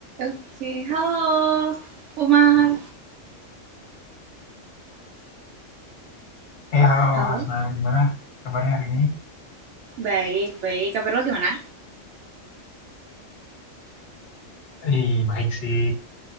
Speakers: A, on the right (about 70°); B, on the left (about 55°).
A: Oke, halo Umar.
B: Eh, halo
A: Halo.
B: Hasna, gimana kabarnya hari ini?
A: Baik, baik. Kabar lo gimana?
B: Ih, baik sih.